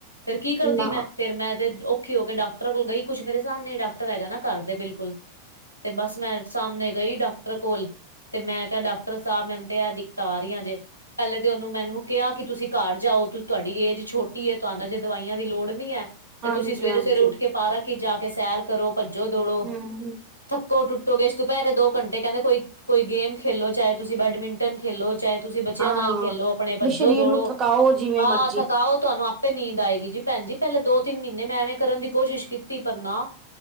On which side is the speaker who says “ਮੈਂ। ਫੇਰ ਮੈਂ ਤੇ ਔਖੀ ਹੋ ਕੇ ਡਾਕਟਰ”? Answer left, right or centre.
Left